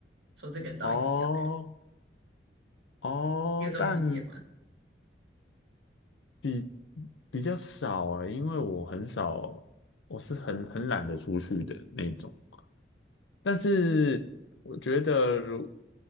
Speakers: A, on the right; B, on the left.
A: 说这个人到底是怎么样的人？
B: 哦哦，
A: 你有这种经验吗？
B: 但比比较少啊，因为我很少，我是很很懒得出去的那种。但是我觉得如，